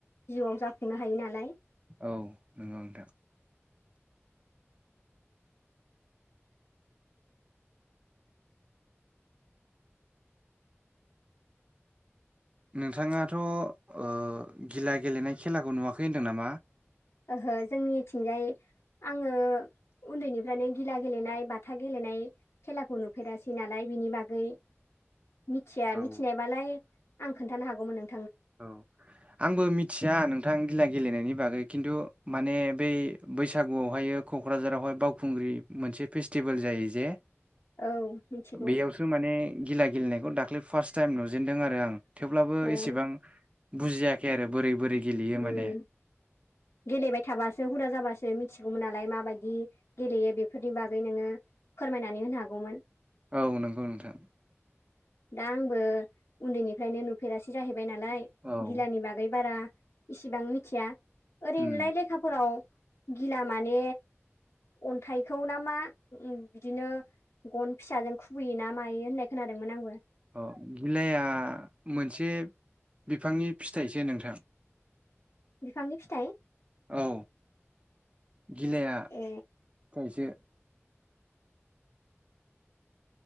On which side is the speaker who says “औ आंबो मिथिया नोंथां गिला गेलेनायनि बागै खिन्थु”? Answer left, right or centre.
Right